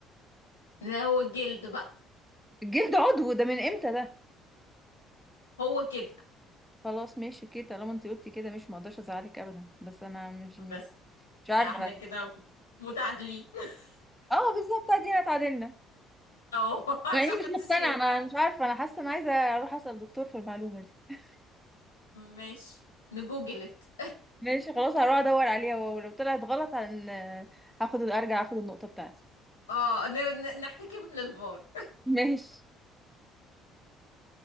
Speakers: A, on the left; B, in the centre.
A: لا هو الجلد بقى
B: الجلد عضو ده من امتى ده
A: هو كده
B: خلاص ماشي اوكي طالما انت قلتي كده مش مقدرش ازعلك ابدا بس انا مش مش,
A: بس
B: مش عارفة
A: احنا كده متعادلين <laughs>
B: اه بالظبط ادينا اتعادلنا
A: اه عشان
B: مع اني
A: محدش
B: مش مقتنعة
A: يزعل
B: انا مش عارفة انا حاسة انا عايزة اروح اسأل دكتور في المعلومة دي
A: ماشي نجوجلت
B: ماشي خلاص هروح ادور عليها ولو طلعت غلط هن... هاخد ارجع اخد النقطة بتاعتي
A: اه نر- نحتكم للفار
B: ماشي